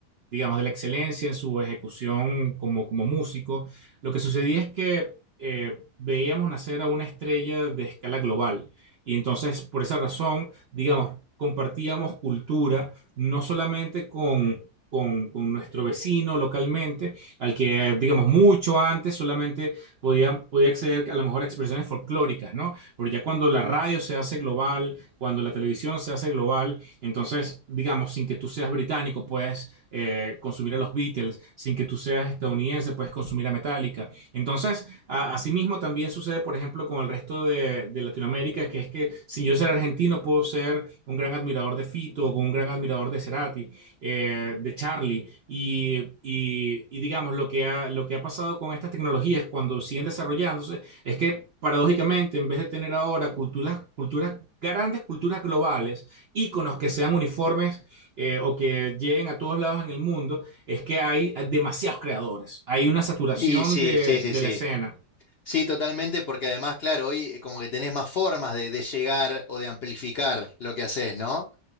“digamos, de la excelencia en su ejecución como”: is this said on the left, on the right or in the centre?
Right